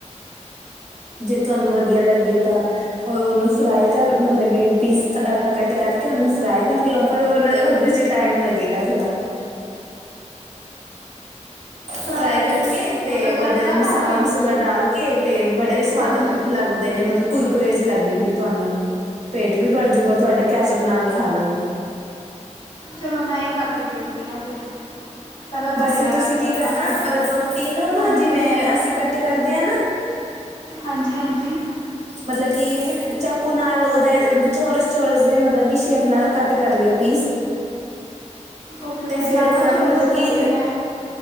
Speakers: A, on the right (about 65°); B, on the left (about 35°).
A: ਜੇ ਤੁਹਾਨੂੰ ਵਧੀਆ ਲੱਗੇ ਤਾਂ ਉਹ ਉਹਨੂੰ ਫਰਾਈ ਕਰ ਮਤਲਬ ਕਿ ਪੀਸ ਕੱਟ ਕਰਕੇ ਉਹਨੂੰ ਫਰਾਈ ਕਰ ਲਓ ਪਰ ਉਹਨਾਂ ਉਹਦੇ ਚ ਟਾਈਮ ਲੱਗੇਗਾ ਥੋੜ੍ਹਾ।
B: ਫਰਾਏ
A: ਫਰਾਈ ਕਰਕੇ ਤੇ
B: ਮਤਲਬ
A: ਉਹਦੇ
B: ਤੜਕਾ
A: ਮਸਾਲਾ-ਮਸੂਲਾ
B: ਲਾ ਕੇ
A: ਡਾਲ ਕੇ ਤੇ ਬੜੇ ਸਵਾਦ
B: ਹਾਂਜੀ
A: ਲੱਗੇ। ਲੱਗਦੇ ਨੇ ਮਤਲਬ ਕੁਰਕੁਰੇ ਜੇ ਲੱਗਗੇਂ ਤੁਹਾਨੂੰ। ਪੇਟ ਵੀ ਬਰ ਜੂਗਾ ਤੁਹਾਡਾ ਕੈਚਅਪ ਨਾਲ ਖਾ ਲਿਓ।
B: ਚਲੋ ਮੈਂ ਹੀ ਕਰਕੇ ਦੇਖਦੀ ਆਂ ਫਿਰ। ਪਹਿਲਾਂ ਤੁਹਾਡੇ
A: ਬਸ
B: ਨਾਲ
A: ਤੁਸੀਂ
B: ਗੱਲ
A: ਕੀ
B: ਕਰ
A: ਕਰਨਾ
B: ਲਾਂ ਫਿਰ ਬਣਾ
A: ਰੋਟੀ ਨੂੰ ਨਾ
B: ਹਾਂਜੀ
A: ਜਿਵੇਂ ਅਸੀਂ ਕੱਟ ਕਰਦੇ ਹਾਂ ਨਾ
B: ਹਾਂਜੀ-ਹਾਂਜੀ।
A: ਮਤਲਬ ਕਿ ਚਾਕੂ ਨਾਲ ਉਹਦੇ ਚੋਰਸ-ਚੋਰਸ ਦੇ ਮਤਲਬ ਕਿ ਸ਼ੇਪ ਨਾਲ ਕੱਟ ਕਰ ਲਿਓ ਪੀਸ।
B: ਓਕੇ ਓਕੇ
A: ਤੇ
B: ਜ਼ਿਆਦਾ
A: ਫੇਰ ਉਹਨਾਂ
B: ਚੋਰਸ
A: ਨੂੰ ਮਤਲਬ ਕਿ
B: ਕਰਨੇ ਮੈਂ